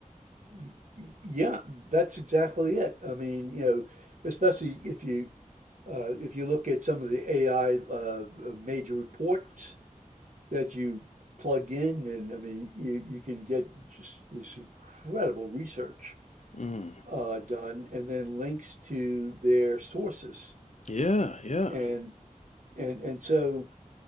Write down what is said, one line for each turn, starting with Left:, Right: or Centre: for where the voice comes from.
Right: Y- y- Yeah, that's exactly it. I mean, you know, especially if you uh, if you look at some of the AI uh, uh, major reports that you plug in, and I mean, you you can get just this incredible research
Left: Mm,
Right: uh, done, and then links to their sources,
Left: yeah, yeah.
Right: and and and so